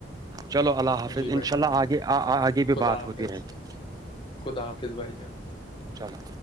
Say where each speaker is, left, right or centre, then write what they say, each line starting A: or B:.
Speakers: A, on the right; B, on the left.
A: چلو اللہ حافظ
B: جی بھائی
A: انشاء
B: جان
A: اللہ آگے آگے بھی
B: خدا
A: بات
B: حافظ
A: ہوتی رہے گی
B: خدا حافظ بھائی جان
A: چلو